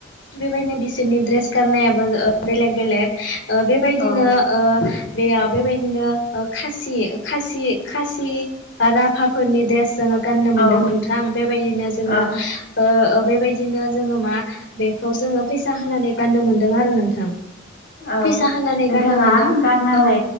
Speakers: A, on the left; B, on the left.
A: बेबायदिनो बिसोरनि ड्रेस गाननायाबो ओ बेलेग बेलेग ओ बेबायदिनो
B: औ
A: ओ। बेयाव बेबायदिनो ओ खासि ओ खासि। खासि बा राभाफोरनि द्रेस जोंङो। गाननो
B: औ
A: मोनदों नोंथां बेबायदिनो जोंङो
B: औ
A: ओ ओ। बेबायदिनो जोंङो मा बेखौ जोंङो फैसा होनानै गाननो मोनदों आरो नोंथां।
B: औ।
A: फैसा होनानै
B: नोंथांङा
A: गाननो मोनदों
B: गारनानै
A: औ